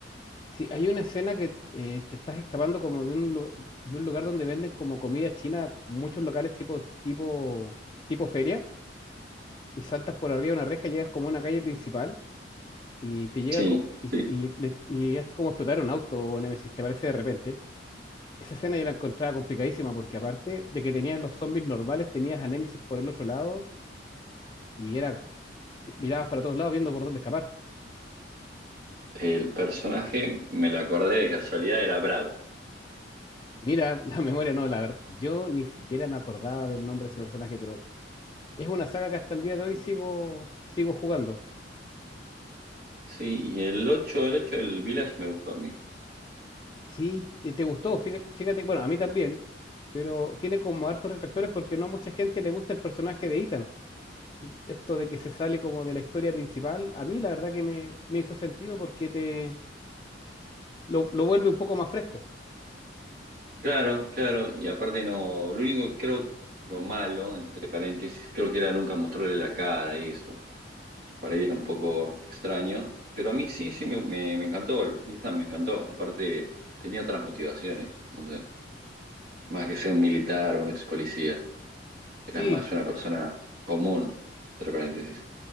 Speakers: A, on the left (about 25°); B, on the right (about 60°).
A: Sí, hay una escena que eh, te estás escapando como de un, lu- de un lugar donde venden como comida china, muchos locales tipo, tipo, tipo feria, y saltas por arriba de una reja, llegas como a una calle principal y te llega
B: Sí,
A: co- y,
B: sí.
A: ti- y le- le- y hace como explotar un auto, Nemesis, te parece de repente. Esa escena yo la encontraba complicadísima porque aparte de que tenías los zombies normales, tenías a Nemesis por el otro lado y era, mirabas para todos lados viendo por dónde escapar.
B: El personaje, me lo acordé de casualidad, era Brad.
A: Mira, <laughs> la memoria no, la verdad, yo ni siquiera me acordaba del nombre de ese personaje, pero Es una saga que hasta el día de hoy
B: Ah,
A: sigo, sigo jugando.
B: Sí, y el ocho el ocho del Village me gustó a mí.
A: Sí, eh, te gustó, fíjate, fíjate, bueno, a mí también, pero tiene como hartos retractores porque no a mucha gente le gusta el personaje de Ethan. Esto de que se sale como de la historia principal, a mí la verdad que me, me hizo sentido porque te lo, lo vuelve un poco más fresco.
B: Claro, claro, y aparte no, lo único que creo, lo malo, entre paréntesis, creo que era nunca mostrarle la cara y eso. Para ir un poco extraño, pero a mí sí, sí me, me, me encantó, el Ethan me encantó. Aparte, tenía otras motivaciones, no sé, más que ser un militar o un ex policía, era
A: Sí,
B: más una persona común, entre paréntesis.